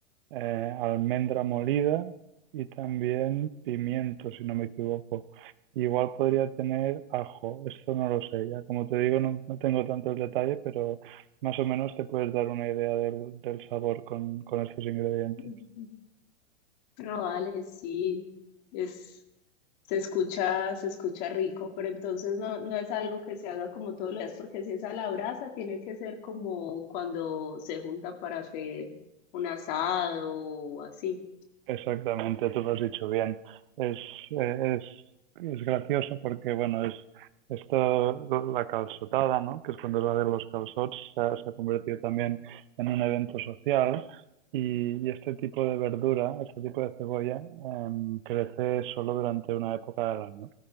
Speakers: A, on the right; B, on the left.
A: eh, almendra molida y también pimiento, si no me equivoco. Igual podría tener ajo, esto no lo sé, ya como te digo no, no tengo tanto el detalle, pero más o menos te puedes dar una idea del, del sabor con, con estos ingredientes.
B: ujú. Ah, vale, sí. Es, se escucha, se escucha rico, pero entonces no, no es algo que se haga como todos los días, porque si es a la brasa, tiene que ser como cuando se juntan para hacer un asado o así.
A: Exactamente, tú lo has dicho bien. Es, eh, es, es gracioso porque, bueno, es esto, la calçotada, ¿no? Que es cuando es la de los calçots, se ha, se ha convertido también en un evento social y, y este tipo de verdura, este tipo de cebolla, em, crece solo durante una época del año.